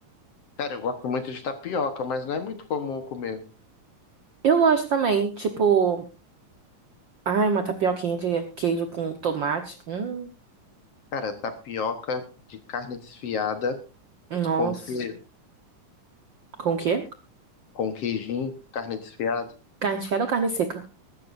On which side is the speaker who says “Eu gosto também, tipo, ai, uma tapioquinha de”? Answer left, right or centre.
Right